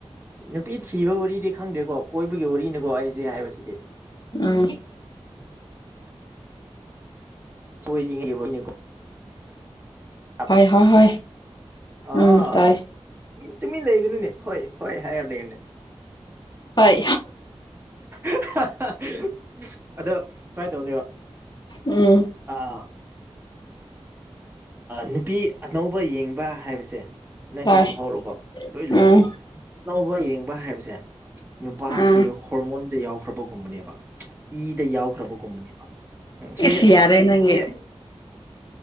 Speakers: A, on the right (about 20°); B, on the left (about 45°).
A: ꯅꯨꯄꯤ ꯊꯤꯕ ꯋꯥꯔꯤꯗꯤ ꯈꯪꯗ꯭ꯔꯦꯀꯣ ꯀꯣꯏꯕꯒꯤ ꯋꯥꯔꯤꯅꯤꯀꯣ ꯑꯩ ꯍꯧꯖꯤꯛ ꯍꯥꯏꯕꯁꯤꯗꯤ
B: ꯎꯝ
A: <unintelligible> ꯍꯥꯥꯕ꯭ꯔꯥ
B: ꯍꯣꯏ ꯍꯣꯏ ꯍꯣꯏ
A: ꯑꯣ
B: ꯎꯝ ꯇꯥꯏ
A: ꯇꯨꯃꯤ ꯂꯩꯒꯅꯨꯅꯦ ꯍꯣꯏ ꯍꯣꯏ ꯍꯥꯏꯔ ꯂꯩ ꯌꯣꯅꯦ꯫
B: ꯍꯣꯏ
A: <unintelligible> ꯑꯗꯣ ꯁꯨꯃꯥꯏꯅ ꯇꯧꯅꯦꯕ
B: ꯎꯝ
A: ꯑ ꯅꯨꯄꯤ ꯑꯅꯧꯕ ꯌꯦꯡꯕ ꯍꯥꯏꯕꯁꯦ ꯅꯪꯁꯤ
B: ꯇꯥꯏ
A: ꯈꯪꯍꯧꯔꯣꯀꯣ ꯂꯣꯏ
B: ꯎꯝ
A: ꯂꯣꯗ ꯑꯅꯧꯕ ꯌꯦꯡꯕ ꯍꯥꯏꯕꯁꯦ ꯅꯨꯄꯥꯒꯤ
B: ꯎꯝ
A: ꯍꯣꯔꯃꯣꯟꯗ ꯌꯥꯎꯈ꯭ꯔꯕꯒꯨꯝꯕꯅꯦꯕ꯫ ꯏꯗ ꯌꯥꯎꯈ꯭ꯔꯕꯒꯨꯝꯕꯅꯦꯕ ꯎ
B: ꯏꯁ
A: ꯁꯤꯁꯦ
B: ꯌꯥꯔꯦ
A: ꯁꯤ
B: ꯅꯪꯒꯤ
A: ꯁꯤꯁꯦ